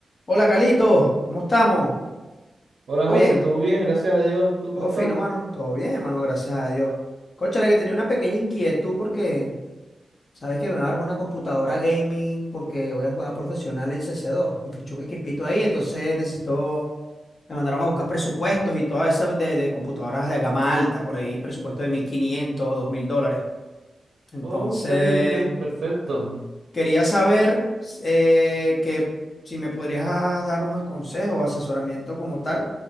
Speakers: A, on the left; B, on the right.
A: Hola, Calito, ¿cómo estamos?
B: Hola
A: ¿Todo
B: José,
A: bien?
B: ¿todo bien? Gracias a Dios. ¿Tú
A: Todo
B: cómo estás?
A: fino, mano. Todo bien, mano, gracias a Dios. Cónchale, que tenía una pequeña inquietud porque sabes que me armar una computadora gaming porque voy a jugar profesional en CC2. Me fichó un equipito ahí, entonces necesito. Me mandaron a buscar presupuestos y todas esas de, de computadoras de gama alta, por ahí presupuesto de mil quinientos, dos mil dólares. Entonces,
B: Ok, ok, perfecto.
A: Quería saber eh, que si me podrías ah, dar unos consejos o asesoramiento como tal